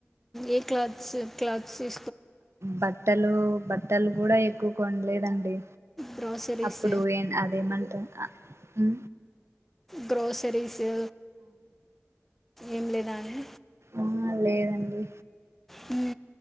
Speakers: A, in the centre; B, on the right (about 65°).
A: ఏ క్లాత్స్ క్లాత్స్ ఇ
B: బట్టలు బట్టలు కూడా ఎక్కువ కొండలేదండి
A: గ్రోసరీస్,
B: అప్పుడు ఏం అదేమంటారు ఉ
A: గ్రోసరీస్ ఇ ఏం లేదా అని
B: ఆ లేదండి
A: అ